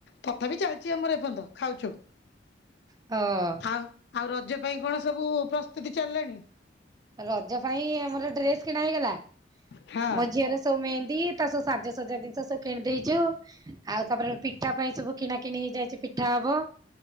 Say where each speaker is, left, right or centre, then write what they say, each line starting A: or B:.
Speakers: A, on the left (about 65°); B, on the right (about 20°).
A: ତଥାପି ଚାଲିଛି ଆମର ଏପର୍ଯ୍ୟନ୍ତ ଖାଉଛୁ।
B: ହଁ
A: ଆଉ ଆଉ ରଜ ପାଇଁ କଣ ସବୁ ପ୍ରସ୍ତୁତି ଚାଲିଲାଣି?
B: ରଜ ପାଇଁ ଆମର ଡ୍ରେସ କିଣା ହେଇଗଲା।
A: ହଁ
B: ମୋ ଝିଅର ସବୁ ମେହେନ୍ଦୀ ତା ସବୁ ସାଜ ସଜା ଜିନିଷ ସବୁ କିଣିଦେଇଛୁ। ଆଉ ତାପରେ ପିଠା ପାଇଁ ସବୁ କିଣା କିିଣି ହେଇଯାଇଛି ପିଠା ହବ।